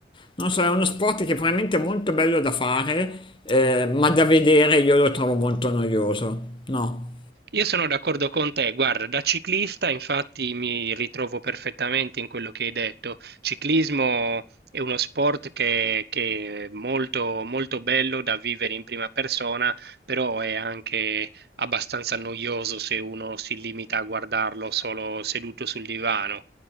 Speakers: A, on the left (about 30°); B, on the right (about 65°).
A: Non so, è uno sport che probabilmente è molto bello da fare, eh, ma da vedere io lo trovo molto noioso. No.
B: Io sono d'accordo con te, guarda, da ciclista infatti mi ritrovo perfettamente in quello che hai detto. Ciclismo è uno sport che, che è molto, molto bello da vivere in prima persona, però è anche abbastanza noioso se uno si limita a guardarlo solo seduto sul divano.